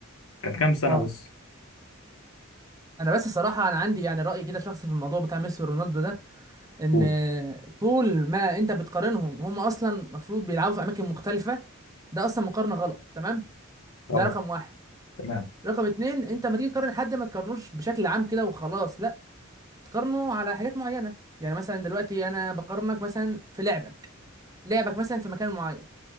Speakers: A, on the left; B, on the right.
A: كان كام سنة
B: اه
A: بس؟
B: انا بس صراحه انا عندي يعني راي كده شخصي في الموضوع بتاع ميسي ورونالدو ده ان
A: قول
B: طول ما انت بتقارنهم وهم اصلا المفروض بيلعبوا في اماكن مختلفه ده اصلا مقارنه غلط تمام ده
A: أه
B: رقم واحد
A: تمام
B: رقم اتنين انت ما تيجي تقارن حد ما تقارنوش بشكل عام كده وخلاص لا تقارنه على حاجات معينه يعني مثلا دلوقتي انا بقارنك مثلا في لعبك لعبك مثلا في مكان معين